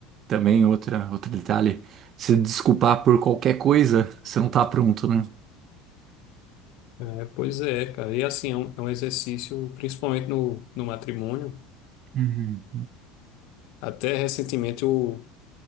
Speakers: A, on the right; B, on the left.
A: também outra, outro detalhe, se desculpar por qualquer coisa, você não tá pronto, né?
B: É, pois é, cara. E assim, é um, é um exercício, principalmente no, no matrimônio.
A: Uhum.
B: Até recentemente o,